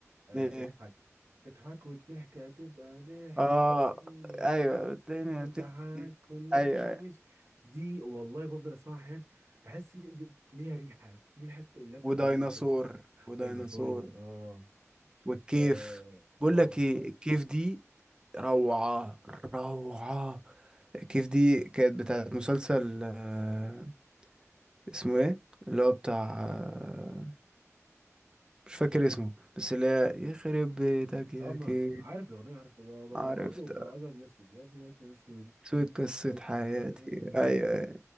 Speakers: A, on the right (about 60°); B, on the right (about 15°).
A: أه
B: إيه
A: اضحك اضحك والضحكة تبقى ضحكة
B: اه
A: اتنين واتنين
B: ايوه الدنيا بتمشي
A: ضحك كل العيش
B: ايوه أيوة.
A: دي والله بفضل اسمعها احيانا بحس لي- ليها ريحة دي ريحة اللي هي بتاعت
B: وديناصور
A: زمان كده
B: وديناصور
A: ديناصور اه
B: والكيف
A: اه
B: بقول
A: اه
B: لك ايه الكيف دي روعة روعة الكيف دي كانت بتاعت مسلسل آه، اسمه ايه اللي هو بتاع آه، مش فاكر اسمه بس اللي هي يخرب بيتك يا
A: اه ما
B: كيف
A: عارف الاغنيه عارف هو هو
B: عرفت
A: برضه بتاع ابيض يسود يا ابيض يسود
B: سويت قصة
A: قصة
B: حياتي
A: حياتي
B: ايوه أيوة.